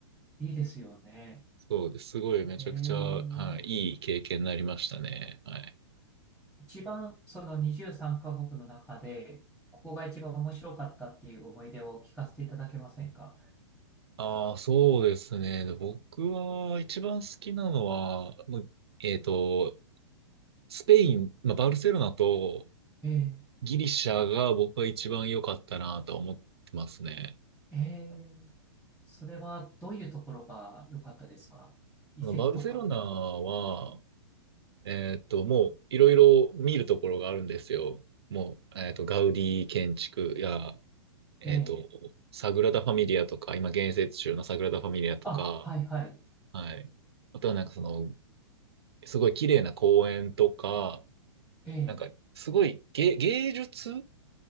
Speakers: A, in the centre; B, on the right (about 60°).
A: いいですよね。
B: そうです。すごいめちゃくちゃ、
A: ええ。
B: はい、いい経験になりましたね。はい。
A: 一番その23カ国の中で、ここが一番面白かったっていう思い出を聞かせていただけませんか
B: ああ、そうですね。で僕は一番好きなのは、もうえっと、スペイン、まあ、バルセロナと
A: え
B: ギリシャが僕は一番良かったなとは思ってますね。
A: ー、えー、それはどういうところが良かったですか遺跡とか。
B: あのバルセロナは、えーっと、もういろいろ見るところがあるんですよ。もう、えーっと、ガウディ建築や、えーっと、
A: ええ
B: サグラダ・ファミリアとか、今建設中のサグラダ・ファミリアとか、
A: あ、はいはい。
B: はい。あとはなんかその、すごい綺麗な公園とか、
A: ええ
B: なんか、すごい芸、芸術